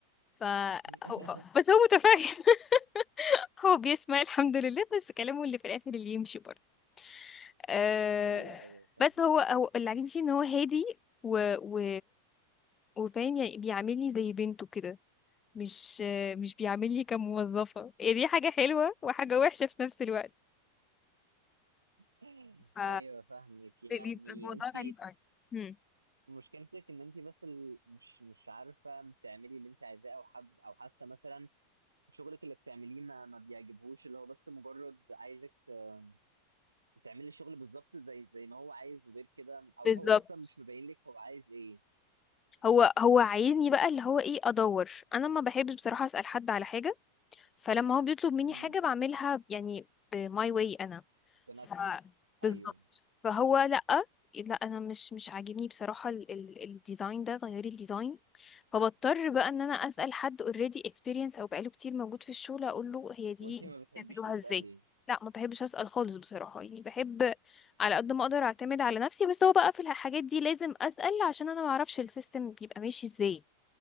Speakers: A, on the left (about 20°); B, on the right (about 80°).
A: ف
B: <laughs>
A: هو هو- بس هو متفاهم <laughs> هو بيسمع الحمد لله بس كلامه اللي في الاخر اللي يمشي برضه آه
B: ايوه ايوه فاهم
A: بس هو هو اللي عاجبني فيه ان هو هادي و و وفاهم يعني بيعاملني زي بنته كده مش آه، مش بيعاملني كموظفة هي دي حاجة حلوة وحاجة وحشة في نفس الوقت
B: <laughs>
A: ف
B: ايوه فاهمك يعني
A: بيبقى الموضوع
B: انت
A: غريب قوي
B: مشكلتك ان انت بس ال- مش مش عارفه تعملي اللي انت عايزاه او حب او حاسه مثلا شغلك اللي بتعمليه ما ما بيعجبهوش اللي هو بس مجرد عايزك ت- تعملي الشغل بالظبط زي زي ما هو عايز وغير كده او
A: بالظبط
B: هو اصلا مش مبين لك هو عايز ايه
A: هو هو عايزني بقى اللي هو ايه ادور انا ما بحبش بصراحه اسال حد على حاجه فلما هو بيطلب مني
B: امم
A: حاجه بعملها يعني بماي واي انا
B: بنفسك
A: ف بالظبط
B: ايوه
A: فهو لأ لا انا مش مش عاجبني بصراحة ال- ال- الديزاين ده غيري الديزاين فبضطر بقى ان انا اسأل حد اوريدي اكسبيرينس او بقاله كتير موجود في الشغل اقول له هي دي
B: وانت ما بتحبيش
A: بتعملوها
B: تسالي
A: ازاي لا ما بحبش اسأل خالص بصراحة يعني بحب على قد ما اقدر اعتمد على نفسي بس هو بقى في الحاجات دي لازم اسأل عشان انا ما اعرفش السيستم بيبقى ماشي ازاي